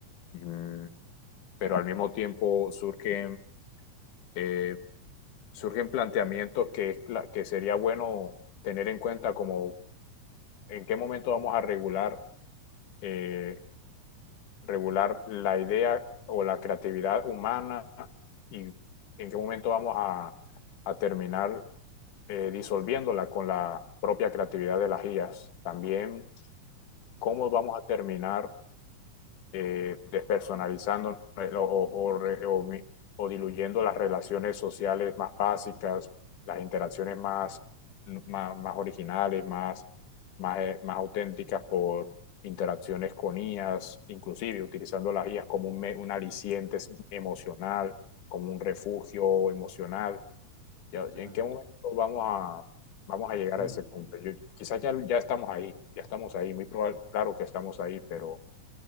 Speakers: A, on the left (about 85°); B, on the right (about 55°).
A: Mm, Pero al mismo tiempo surgen, eh, surgen planteamientos que, es pla- que sería bueno tener en cuenta como en qué momento vamos a regular eh, regular la idea o la creatividad humana y en qué momento vamos a, a terminar eh, disolviéndola con la propia creatividad de las IAs. También
B: Correcto.
A: cómo vamos a terminar eh, despersonalizando eh, o, o, o, o, diluyendo las relaciones sociales más básicas, las interacciones más, más, más originales, más, más, eh, más auténticas por interacciones con IAS, inclusive utilizando las IAS como un, un aliciente emocional, como un refugio emocional. ¿Ya?
B: Claro.
A: ¿En qué momento vamos a, vamos
B: <clears throat>
A: a llegar a ese punto? Yo, quizás ya, ya estamos ahí, ya estamos ahí, muy probable, claro que estamos ahí, pero